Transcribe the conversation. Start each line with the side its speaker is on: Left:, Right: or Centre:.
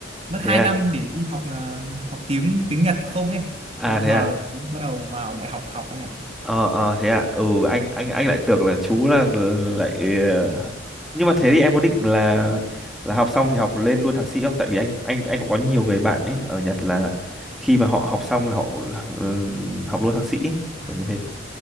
Right: mất
Centre: thế
Right: 2
Centre: à.
Right: năm để đi học ờ, học tiếng tiếng Nhật không ấy.
Centre: À
Right: Nên
Centre: thế
Right: giờ
Centre: à.
Right: bắt đầu vào đại học học anh ạ.
Centre: Ờ ờ thế à. Ừ anh anh anh lại tưởng là chú là lại ờ, nhưng mà thế thì em có định là là học xong thì học lên luôn thạc sĩ không? Tại vì anh anh anh cũng có nhiều người bạn ấy ở Nhật là khi mà họ học xong là họ ừm, học luôn thạc sĩ ấy,
Right: À,
Centre: kiểu như thế.